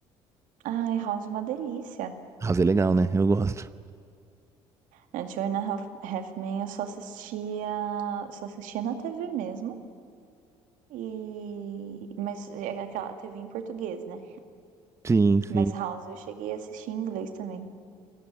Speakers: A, on the right; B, on the right.
A: ai, House é uma delícia.
B: House é legal, né? Eu gosto.
A: A Two and a Half, Half Men eu só assistia, só assistia na TV mesmo. E mas é aquela TV em português, né?
B: Sim, sim.
A: Mas House eu cheguei a assistir em inglês também.